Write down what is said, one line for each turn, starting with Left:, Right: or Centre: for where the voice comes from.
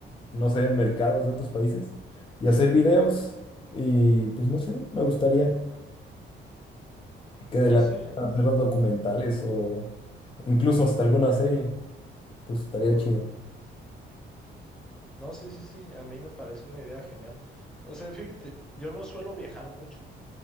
Left: no sé, en mercados de otros países y hacer videos y pues no sé, me gustaría que de
Centre: No,
Left: la
Centre: sí,
Left: nada hacer los documentales o incluso hasta alguna serie, pues estaría chido.
Centre: no, sí, sí, sí, a mí me parece una idea genial. O sea, fíjate, yo no suelo viajar mucho,